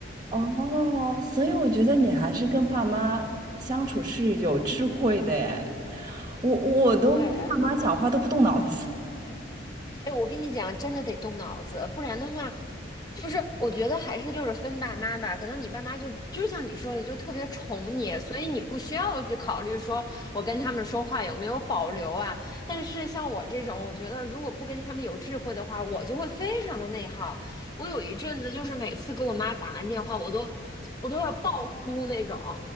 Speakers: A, on the right (about 20°); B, on the left (about 20°).
A: 哦，所以我觉得你还是跟爸妈相处是有智慧的哎，我我都跟爸妈讲话都不动脑子，
B: 对，哎，我跟你讲，真的得动脑子，不然的话，就是我觉得还是就是分爸妈吧，可能你爸妈就就像你说的，就特别宠你，所以你不需要去考虑说我跟他们说话有没有保留啊。但是像我这种，我觉得如果不跟他们有智慧的话，我就会非常的内耗。我有一阵子就是每次给我妈打完电话，我都我都要爆哭那种。